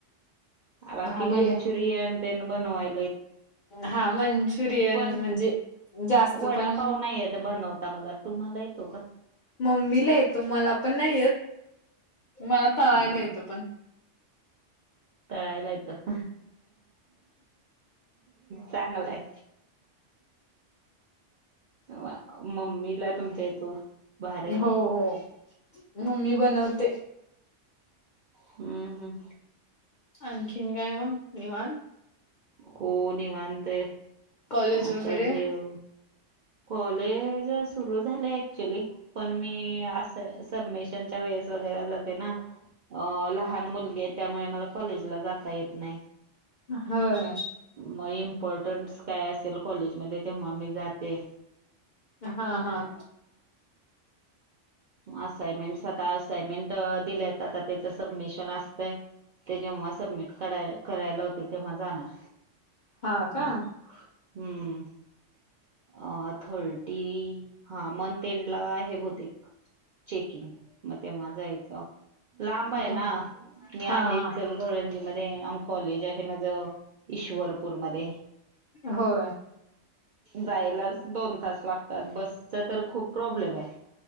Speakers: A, on the right (about 60°); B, on the left (about 60°).
A: बाकी
B: भारी
A: मंचुरियन
B: आहे.
A: ते बनवाय
B: हा मंचुरियन
A: पण
B: म्हणजे जास्त
A: वडापाव
B: पण
A: नाही येत बनवता मला, तुम्हाला येतो का?
B: मम्मीला येतो मला पण नाही येत. मला तळायला
A: हम्म
B: येतं पण,
A: तळायला येतात. चांगलंय. वाव मम्मीला तुमच्या येतो. भारी
B: हो हो हो, मम्मी बनवते.
A: हम्म हम्म,
B: आणखीन काय मग निवांत?
A: हो. निवांत आहे.
B: कॉलेज
A: आता
B: वगैरे
A: जेव कॉलेज अ सुरू झालंय. ऍक्चुली, पण मी असं सबमिशनच्या वेळेस वगैरा जाते. तेना अ लहान मुलगी त्यामुळे मला कॉलेजला जाता येत नाही.
B: होय.
A: मग इम्पॉर्टन्स काय असेल कॉलेजमध्ये तेव्हा मी जात ते.
B: हा हा
A: असाइनमेंट आता असाइनमेंट दिलंय आता त्याचं सबमिशन असतय. ते जेव्हा सबमिट करा करायला लावत्यात तेव्हा जाणार.
B: हा का
A: मग हम्म. अ थर्टी हा मन तेनला आहे बहुतेक चेकिंग मग तेव्हा जाय च लांब आहे
B: हो
A: ना. मी
B: हा
A: आहे
B: हा
A: इचल करणजी मध्ये आणि कॉलेज आहे माझं ईश्वरपूरमध्ये.
B: होय.
A: जायलाच दोन तास लागतात. बसचा तर खूप प्रॉब्लेम आहे.